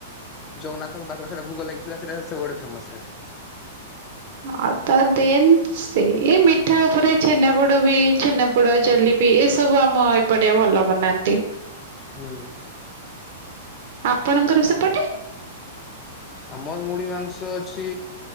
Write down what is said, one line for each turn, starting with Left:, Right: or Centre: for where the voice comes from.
Left: ଜଗନ୍ନାଥଙ୍କ ପାଖରେ ସେଟା ଭୋଗ ଲାଗିଥିଲା ସେଇଟା ସବୁଆଡେ ଫେମସ୍
Right: ଆ ତ ଦେନ ସେଇ ମିଠା ଉପରେ ଛେନାପୋଡ ବି ଛେନାପୋଡ ଜଲି ବିି ଏସବୁ ଆମ ଏପଟେ ଭଲ ବନାନ୍ତି।
Left: ହୁଁ।
Right: ଆପଣଙ୍କର ସେପଟେ
Left: ଆମର ମୁଢି ମାଂସ ଅଛି